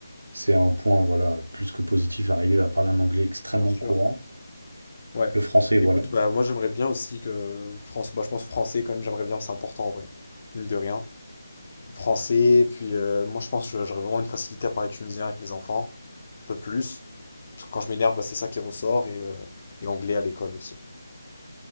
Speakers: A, on the right; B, on the left.
A: C'est un point, voilà, plus que positif. Arriver à parler un anglais extrêmement
B: Bien sûr.
A: courant.
B: Ouais.
A: Le français,
B: Écoute,
A: voilà.
B: bah moi j'aimerais bien aussi que France, bah je pense français quand même, j'aimerais bien, c'est important en vrai. Mine de rien. français. Puis euh, moi, je pense que j'aurais vraiment une facilité à parler tunisien avec mes enfants, un peu plus. Parce que quand je m'énerve, bah, c'est ça qui ressort. Et, euh, et anglais à l'école aussi.